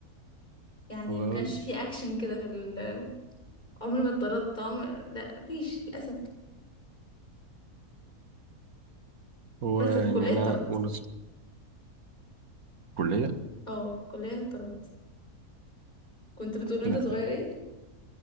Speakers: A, on the left (about 30°); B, on the right (about 70°).
A: يعني
B: هو
A: ما كانش في اكشن كده في ال- عمري ما اتطردت عمر... لا مفيش للاسف
B: هو
A: بس
B: يعني
A: في الكليه
B: انا
A: اتطردت
B: وأنا في الكلية
A: اه في الكليه اتطردت كنت بتقول انت
B: لا
A: صغير ايه